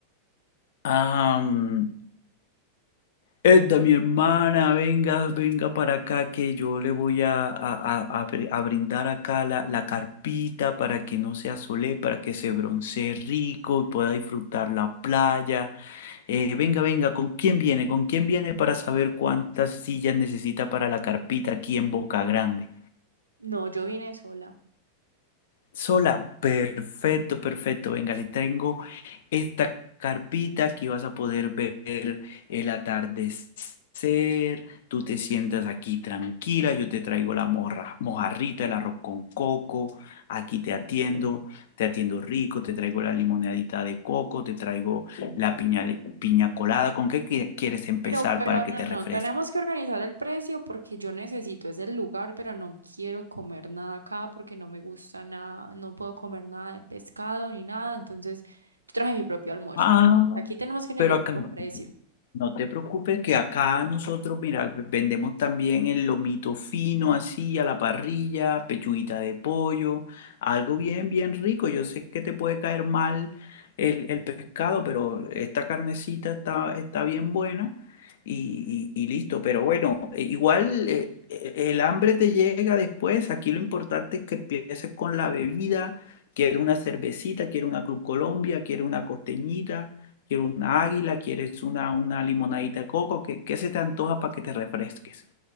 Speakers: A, on the left; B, on the right.
A: ver, Edda, mi hermana, venga, venga para acá que yo le voy a, a- a- a br- a brindar acá la, la carpita para que no se asole, para que se broncee rico y pueda disfrutar la playa. Eh, venga, venga, ¿con quién viene? ¿Con quién viene para saber cuántas sillas necesita para la carpita aquí en Boca Grande?
B: No, yo vine sola.
A: Sola, perfecto, perfecto. Venga, le tengo esta carpita, aquí vas a poder ver el atardecer. Tú te sientas aquí tranquila, yo te traigo la morra, mojarrita, el arroz con coco. Aquí te atiendo, te atiendo rico, te traigo la limonadita de coco, te traigo la piña, piña colada. ¿Con qué qui- quieres empezar
B: Pero, pero
A: para que
B: no,
A: te
B: no,
A: refresque?
B: tenemos que organizar el precio porque yo necesito ese lugar, pero no quiero comer nada acá porque no me gusta nada, no puedo comer nada de pescado ni nada, entonces yo traje mi propio almuerzo.
A: Ah,
B: Entonces, Aquí tenemos que negociar
A: pero acá no.
B: un precio.
A: No te preocupes que acá nosotros, mira, v- vendemos también el lomito fino así a la parrilla, pechuguita de pollo, algo bien, bien rico. Yo sé que te puede caer mal el, el pescado, pero esta carnecita está, está bien buena y, y- y listo. Pero bueno, eh, igual eh, eh, el hambre te llega después. Aquí lo importante es que empieces con la bebida. Quiero una cervecita, quiero una Club Colombia, quiero una costeñita. Quiero una águila, quieres una, una limonadita de coco, ¿qué, qué se te antoja para que te refresques?